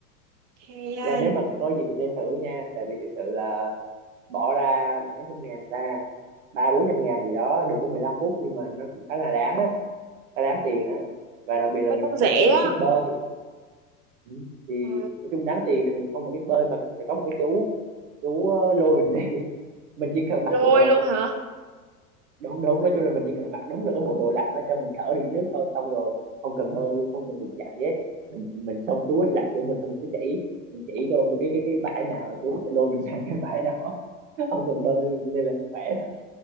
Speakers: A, on the right; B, on the right.
A: Hay
B: dạ
A: ai,
B: nếu mà có gì thì nên thử nha tại vì thực sự là bỏ ra mấy trăm ngàn ta ba bốn trăm ngàn gì đó được có 15 phút nhưng mà nó cũng khá là đáng á khá đáng tiền á và đặc biệt là
A: thấy
B: mình
A: cũng
B: không
A: rẻ
B: không cần phải
A: á.
B: biết bơi Ừ. thì
A: Ờ.
B: nói chung đáng tiền thì mình không cần biết bơi mà phải có một cái chú chú ờ, lôi mình đi <laughs> mình chỉ cần mặc
A: Lôi
B: bộ đồ
A: luôn
B: thôi
A: hả?
B: đúng đúng nói chung là mình chỉ cần mặc đúng là cái bộ đồ lặn nó cho mình thở được dưới nước thôi xong rồi không cần bơi luôn không cần đụng chạm gì hết mình mình xong chú sẽ lặn chỗ mình xong mình cứ chỉ mình chỉ coi cái cái cái bãi nào là chú sẽ lôi mình sang cái bãi đó <laughs> không cần bơi luôn cho nên là cũng khỏe